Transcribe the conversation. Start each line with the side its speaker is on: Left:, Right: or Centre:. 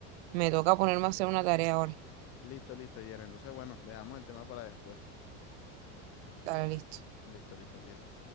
Right: me toca ponerme a hacer una tarea ahora.
Left: Listo, listo, Yera. Entonces, bueno, dejamos el tema para después.
Right: Dale, listo.
Left: Listo, listo, cuídate.